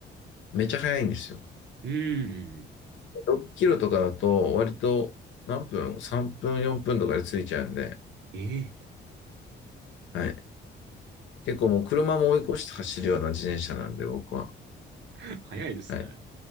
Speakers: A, on the left (about 70°); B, on the right (about 65°).
A: めっちゃ速いんですよ。
B: うん、うん
A: 6キロとかだと割と何分 ?3 分、4分とかで着いちゃうんで、
B: ええ
A: はい。結構もう車も追い越して走るような自転車なんで、僕は。
B: <laughs> 早いですね。
A: はい。